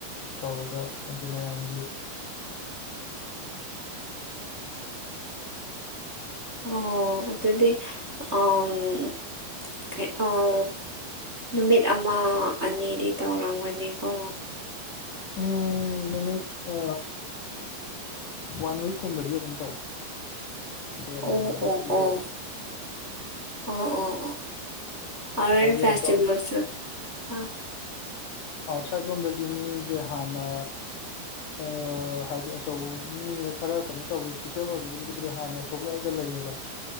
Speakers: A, on the left; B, on the right.
A: ꯇꯧꯔꯒ ꯍꯥꯏꯗꯤ ꯃꯌꯥꯝꯒꯤ
B: ꯑꯣ ꯑꯗꯨꯗꯤ ꯑꯝ ꯑ ꯀꯩ ꯑꯣ ꯅꯨꯃꯤꯠ ꯑꯃ ꯑꯅꯤꯗꯤ ꯇꯧꯔꯝꯒꯅꯤꯀꯣ
A: ꯎꯝ ꯅꯨꯃꯤꯠ ꯑ ꯋꯥꯟꯋꯤꯛꯀꯨꯝꯕꯗꯤ ꯑꯗꯨꯝ ꯇꯧꯋꯤ ꯍꯦꯟꯕꯨꯗꯤ
B: ꯑꯣ ꯑꯣ ꯑꯣ
A: ꯍꯦꯜꯂꯦ
B: ꯑꯣ ꯑꯣ ꯑꯣ ꯑꯣꯔꯦꯜ
A: ꯍꯥꯏꯗꯤ
B: ꯐꯦꯁꯇꯤꯕꯦꯜꯁꯨ
A: ꯑꯁꯣꯝ
B: ꯑꯥ
A: ꯑꯥꯎꯠꯁꯥꯏꯠ ꯂꯣꯝꯗꯒꯤ ꯃꯤꯁꯦ ꯍꯥꯟꯅ ꯑꯥ ꯍꯥꯏꯗꯤ ꯑꯆꯧꯕ ꯃꯤ ꯈꯔ ꯀꯩꯅꯣ ꯇꯧꯕ ꯏꯁꯄꯤꯁꯦꯜ ꯑꯣꯏꯕꯁꯤꯡꯁꯤꯕꯨꯗꯤ ꯍꯥꯟꯅ ꯊꯣꯛꯂꯛꯑꯒ ꯂꯩ ꯀꯩꯌꯦꯕ